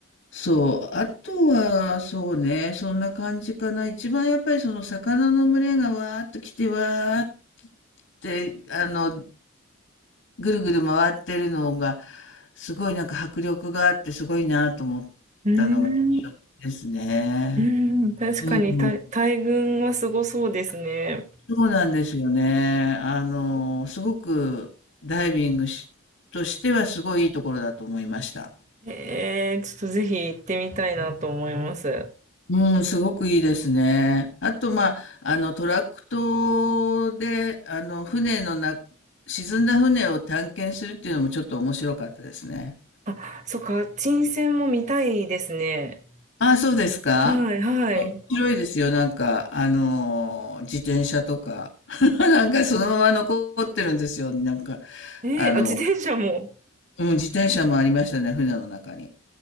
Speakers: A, on the left; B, on the right.
A: そう。あとは、そうね、そんな感じかな。一番やっぱりその魚の群れがわーっと来てわーって、あの、ぐるぐる回ってるのが、すごいなんか迫力があってすごいなと思ったのが印象的ですね。
B: うーん、うん、確かに大、
A: うん、
B: 大群はすごそうですね。
A: そうなんですよね。あの、すごくダイビングしとしてはすごいいいところだと思いました。
B: えー、ちょっとぜひ行ってみたいなと思います。
A: うん、すごくいいですね。あと、まあ、あの、トラクトで、あの、船のな、沈んだ船を探検するっていうのもちょっと面白かったですね。
B: あ、そっか、沈船も見たいですね。
A: ああ、そうですか
B: はい、はい。
A: 面白いですよ。なんか、あのー自転車とか。<laughs> なんかそのまま残ってるんですよ。なんか、
B: えー、
A: あの、
B: あ、自転車も。
A: うん、自転車もありましたね、船の中に。